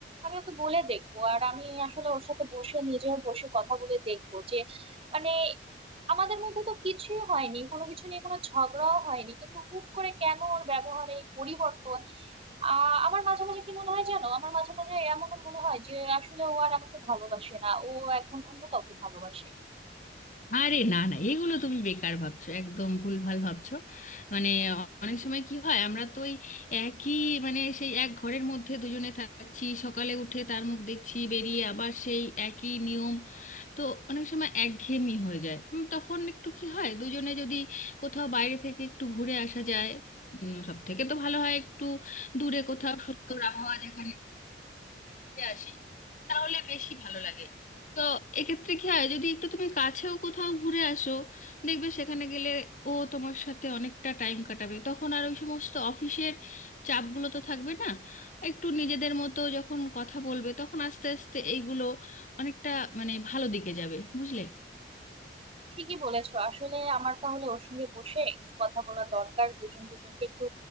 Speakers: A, on the right (about 30°); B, on the left (about 45°).
A: আমি ওকে বলে দেখবো আর আমি আসলে ওর সাথে বসে নিজেও বসে কথা বলে দেখবো যে মানে আমাদের মধ্যে তো কিছুই হয়নি কোনো কিছু নিয়ে কোনো ঝগড়াও হয়নি কিন্তু হুট করে কেন ওর ব্যবহারে এই পরিবর্তন আহ আমার মাঝে মাঝে কি মনে হয় জানো আমার মাঝে মাঝে এমন মনে হয় যে আসলে ও আর আমাকে ভালোবাসে না ও এখন অন্য কাউকে ভালোবাসে
B: আরে না না এগুলো তুমি বেকার ভাবছো একদম ভুলভাল ভাবছো মানে অনেক সময় কি হয় আমরা তো ওই একই মানে সেই এক ঘরের মধ্যে দুজনে থাকছি সকালে উঠে তার মুখ দেখছি বেরিয়ে আবার সেই একই নিয়ম তো অনেক সময় একঘেয়েমি হয়ে যায় উম, তখন একটু কি হয় দুজনে যদি কোথাও বাইরে থেকে একটু ঘুরে আসা যায় সব থেকে তো ভালো হয় একটু দূরে কোথাও সুন্দর আবহাওয়া যেখানে ঘুরে আসি তাহলে বেশি ভালো লাগে তো এক্ষেত্রে কি হয় যদি একটু তুমি কাছেও কোথাও ঘুরে আসো দেখবে সেখানে গেলে ও তোমার সাথে অনেকটা টাইম কাটাবে তখন আর ওই সমস্ত অফিসের চাপগুলো তো থাকবে না একটু নিজেদের মতো যখন কথা বলবে তখন আস্তে আস্তে এইগুলো অনেকটা মানে ভালো দিকে যাবে বুঝলে
A: ঠিকই বলেছো আসলে আমার তাহলে ওর সঙ্গে বসে একটু কথা বলা দরকার দুজন দুজনকে একটু